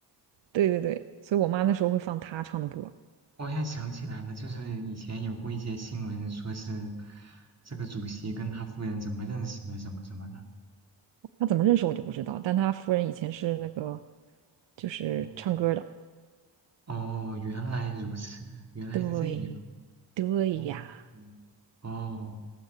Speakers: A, on the right; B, on the right.
A: 对对对，所以我妈那时候会放她唱的歌，
B: 我好像想起来了，就是以前有过一些新闻，说是这个主席跟他夫人怎么认识的，什么什么的。
A: 她怎么认识我就不知道，但她夫人以前是那个就是唱歌的，
B: 哦哦，原来如此，原来是这样。
A: 对对呀，
B: 哦，嗯哦，